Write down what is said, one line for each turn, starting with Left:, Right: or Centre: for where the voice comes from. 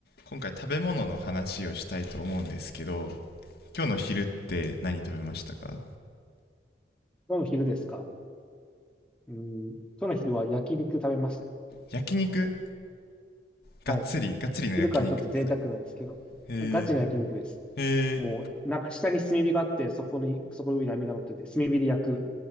Left: 今回食べ物の話をしたいと思うんですけど今日の昼って何食べましたか
Centre: 今日の昼ですかうん。今日の昼は焼肉食べましたね。
Left: 焼肉がっつりがっつりの焼肉ですか
Centre: はい。昼からちょっと贅沢なんですけど。
Left: へ
Centre: ガチの焼肉です。
Left: えへえ
Centre: もう、なんか下に炭火があって、そこに、そこの上に網が乗ってて、炭火で焼く